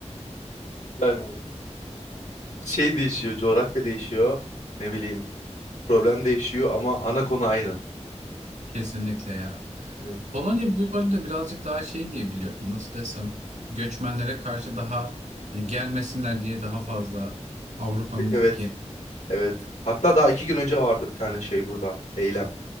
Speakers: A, on the left (about 90°); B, on the right (about 80°).
A: Yani şey değişiyor. Coğrafya değişiyor. Ne bileyim. Problem değişiyor ama ana konu aynı.
B: Kesinlikle ya.
A: Evet.
B: Polonya bu yolda birazcık daha şey diye biliyordum. Nasıl desem göçmenlere karşı daha hani gelmesinler diye daha fazla Avrupa'nın
A: Evet evet.
B: kendine.
A: Evet. Hatta daha iki gün önce vardı bir tane şey burada. Eylem.